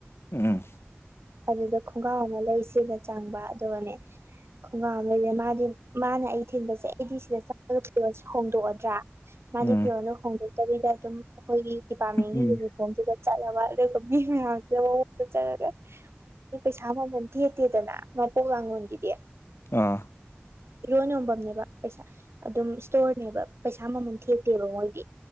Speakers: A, on the left (about 65°); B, on the right (about 70°).
A: ꯎꯝ
B: ꯑꯗꯨꯗ ꯈꯣꯡꯒ꯭ꯔꯥꯎ ꯑꯃ ꯂꯩꯁꯤꯅ ꯆꯪꯕ ꯑꯗꯨꯒꯅꯦ ꯈꯣꯡꯒ꯭ꯔꯥꯎ ꯑꯃ ꯂꯩꯔꯦ ꯃꯥꯗꯤ ꯃꯥꯅ ꯑꯩ ꯊꯤꯟꯕꯁꯦ ꯑꯩꯗꯤ ꯁꯤꯗ ꯆꯥꯒ ꯐꯤꯔꯣꯜꯁꯦ ꯍꯣꯡꯗꯣꯛꯑꯗ꯭ꯔꯥ ꯃꯥꯗꯤ
A: ꯎꯝ
B: ꯐꯤꯔꯣꯜꯗꯣ ꯍꯣꯡꯗꯣꯛ ꯗ ꯑꯗꯨꯝ ꯑꯩꯈꯣꯏꯒꯤ ꯗꯤꯄꯥꯔꯠꯃꯦꯟꯒꯤ
A: ꯎꯝ
B: ꯌꯨꯅꯤꯐꯣꯝꯗꯨꯗ ꯆꯥꯏꯍꯥꯏꯕ ꯃꯤ ꯃꯌꯝꯁꯤꯅ ꯃꯍꯣꯟꯗ ꯁꯪꯡꯉꯥꯒ ꯑꯩ ꯄꯩꯁꯥ ꯃꯃꯟ ꯊꯦꯠꯇꯦꯗꯅ ꯃꯄꯣꯛ ꯂꯉꯣꯟꯒꯤꯗꯤ
A: ꯑꯥ
B: ꯏꯔꯣꯟ ꯌꯣꯐꯝꯝꯅꯦꯕ ꯄꯩꯁꯥ ꯑꯗꯨꯝ ꯏꯁꯇꯣꯔꯅꯦꯕ ꯄꯩꯁꯥ ꯃꯃꯟ ꯊꯦꯛꯇꯦꯕ ꯃꯣꯏꯗꯤ